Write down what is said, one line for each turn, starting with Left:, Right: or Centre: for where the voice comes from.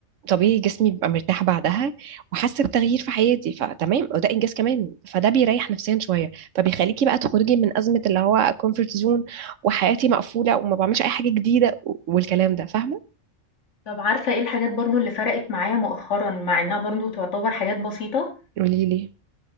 Right: طبيعي جسمي بيبقى مرتاح بعدها وحاسه بتغيير في حياتي فتمام وده انجاز كمان فده بيريح نفسيا شويه فبيخليكي بقى تخرجي من ازمه اللي هو كومفورت زون وحياتي مقفوله وما بعملش اي حاجه جديده والكلام ده فاهمه
Left: طب عارفه ايه الحاجات برضو اللي فرقت معايا مؤخرا مع انها برضو تعتبر حاجات بسيطه
Right: قولي لي